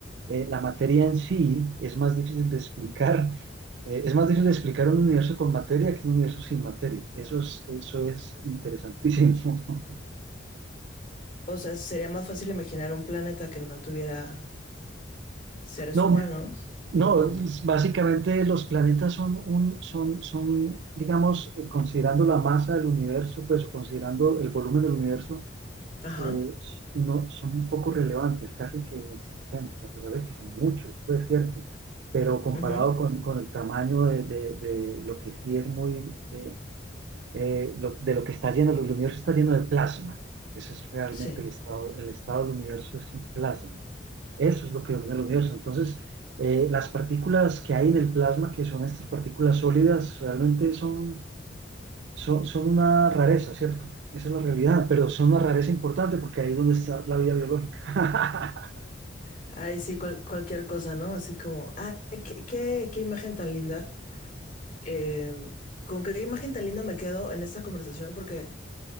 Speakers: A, on the right (about 60°); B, on the left (about 45°).
A: eh, la materia en sí es más difícil de explicar. eh, es más difícil de explicar un universo con materia que un universo sin materia. Eso es, eso es interesantísimo. <laughs>
B: O sea, sería más fácil imaginar un planeta que no tuviera seres
A: No,
B: humanos
A: no,
B: o como...
A: es- básicamente los planetas son un, son, son, digamos, eh, considerando la masa del universo, pues o considerando el volumen del universo.
B: Ajá,
A: eh, no, son un poco relevantes, casi que inexistentes, a pesar de que son muchos, pues cierto, pero comparado
B: ujú,
A: con, con el tamaño de, de- de lo que sí es muy, eh, eh, lo- de lo que está lleno, el universo está lleno de plasma. Ese es realmente
B: sí.
A: el estado, el estado del universo es un plasma. Eso es lo que domina el universo. Entonces, eh, las partículas que hay en el plasma, que son estas partículas sólidas, realmente son son, son una rareza, ¿cierto? Esa es la realidad, pero son una rareza importante porque ahí es donde está la vida biológica. <laughs>
B: Ay, sí, cual- cualquier cosa, ¿no? Así como, ay, qué, qué, qué imagen tan linda. Eh, con qué imagen tan linda me quedo en esta conversación, porque